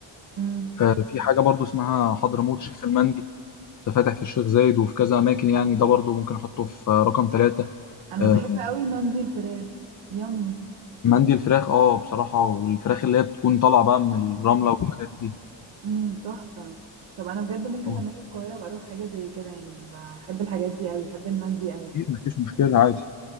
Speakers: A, on the right (about 70°); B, on the left (about 40°).
A: امم
B: آه، في حاجة برضو اسمها حضرموت شيخ المندي ده فاتح في الشيخ زايد وفي كذا أماكن يعني ده برضو ممكن أحطه في رقم ثلاثة
A: انا
B: آه،
A: بحب قوي مندي الفراخ يامي
B: مندي الفراخ اه بصراحة والفراخ اللي هي بتكون طالعة بقى من الرملة والحاجات دي
A: امم تحفه طب انا بجد ممكن
B: اه
A: لما اجي القاهره ابقى اروح حاجه زي كده يعني بحب الحاجات دي قوي بحب المندي قوي
B: أكيد مفيش مشكلة عادي